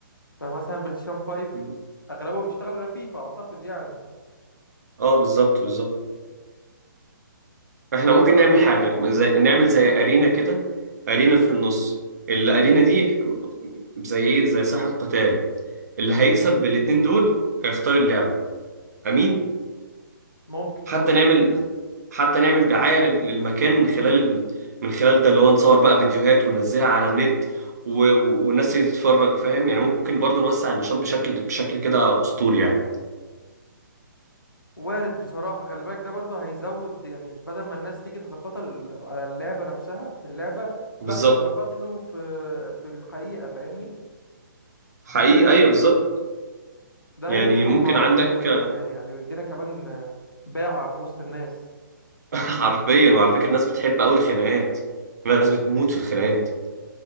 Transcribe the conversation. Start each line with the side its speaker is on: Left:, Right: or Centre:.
Left: فمثلا بالشام فايف
Right: مم.
Left: اغلبه بيشتغل على فيفا اعتقد يعني
Right: اه بالظبط بالظبط احنا
Left: فممكن
Right: ممكن نعمل حاجة زي نعمل زي أرينا كده أرينا في النص الأرينا دي زي ايه زي ساحة قتال اللي هيكسب بالاتنين دول هيختار اللعبة أمين
Left: ممكن
Right: حتى نعمل حتى نعمل دعاية لل- للمكان من خلال ال... من خلال ده اللي هو نصور بقى فيديوهات وننزلها على النت و... و- والناس تتفرج فاهم يعني ممكن برضو نوسع النشاط بشكل بشكل كده أسطوري يعني
Left: وارد بصراحة خلي بالك ده برضه هيزود يعني بدل ما الناس تيجي تتقاتل ال- على اللعبة نفسها في اللعبة
Right: بالظبط
Left: لا يتقاتلوا في في الحقيقة فاهمني
Right: حقيقي أيوه بالظبط
Left: ده
Right: يعني
Left: هيديهم
Right: ممكن
Left: مهارات
Right: عندك
Left: قتالية كمان يعني ويدينا كمان آه، باعة في وسط الناس
Right: <laughs> حرفيا وعلى فكرة الناس بتحب أوي الخناقات الناس بتموت في الخناقات